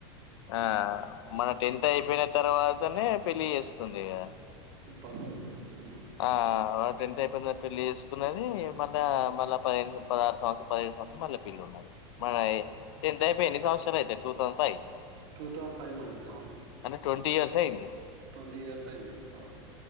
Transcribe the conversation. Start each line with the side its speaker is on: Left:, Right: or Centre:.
Left: ఆ మన టెన్త్ అయిపోయిన తర్వాతనే పెళ్లి చేసుకుంది కదా
Right: పర్లేదు మ్మ్
Left: ఆ ఆమె టెన్త్ అయిపోయింది పెళ్లి చేసుకున్నది మళ్ళా మళ్ళా పదిహేను పదహారు సంవత్సరం పదిహేను మళ్లీ పిల్లోడు మనది టెన్త్ అయిపోయి ఎన్ని సంవత్సరాలు అయితే two thousand five
Right: two thousand five మనది అవును
Left: అంటే ట్వంటీ ఇయర్స్ అయింది
Right: ట్వంటీ ఇయర్స్ అయింది అవ్